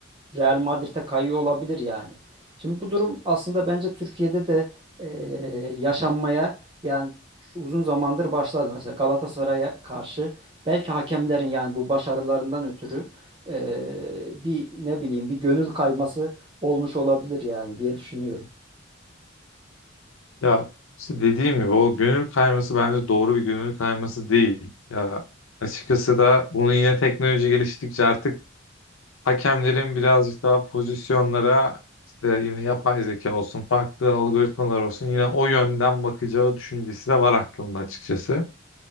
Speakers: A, on the right; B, on the left.
A: Real Madrid'e kayıyor olabilir yani. Şimdi bu durum aslında bence Türkiye'de de e, yaşanmaya yani şu uzun zamandır başladı. Mesela Galatasaray'a karşı belki hakemlerin yani bu başarılarından ötürü e, bir ne bileyim bir gönül kayması olmuş olabilir yani diye düşünüyorum.
B: Ya işte dediğim gibi o gönül kayması bence doğru bir gönül kayması değil. Ya açıkçası da bunu yine teknoloji geliştikçe artık hakemlerin birazcık daha pozisyonlara işte yine yapay zeka olsun, farklı algoritmalar olsun yine o yönden bakacağı düşüncesi de var aklımda açıkçası.